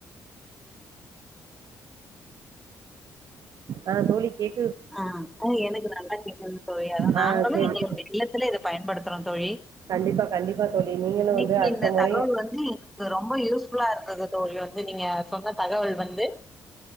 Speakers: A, on the right; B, in the centre.
A: ஆ தோழி கேக்
B: ஆ ஆ எனக்கு நல்லா கேக்குதுங் தோழி அதா நாங்களு
A: ஆ செரி
B: எங்களுடைய இல்லத்துல இத பயன்படுத்துறோ தோழி
A: கண்டிப்பா கண்டிப்பா தோழி நீங்களு
B: இன்னைக்கு
A: வந்து அடுத்த
B: இந்த
A: முறை
B: தகவல் வந்து ரொம்ப யூஸ்புல்லா இருந்துது தோழி வந்து நீங்க சொன்ன தகவல் வந்து